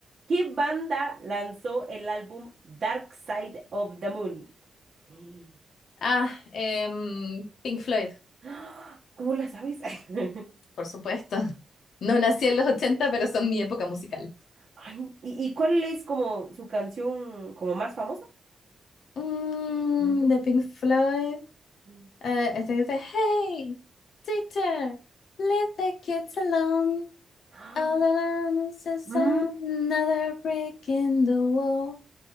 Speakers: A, on the right; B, on the left.
A: ¿Qué banda lanzó el álbum Dark Side of the Moon? <gasps> Sí,
B: Ah,
A: Ya.
B: em, Pink Floyd.
A: ¡Ah! ¿Cómo la sabes? <laughs>
B: por supuesto. No nací en los 80 pero son mi época musical.
A: Ay, ¿y, y cuál es como su canción como más famosa?
B: Mm,
A: No, no.
B: de Pink Floyd.
A: Mm. <gasps>
B: eh, este que dice, Hey, teacher, leave the kids alone.
A: Ah,
B: All alone is just
A: mm,
B: another break in the wall.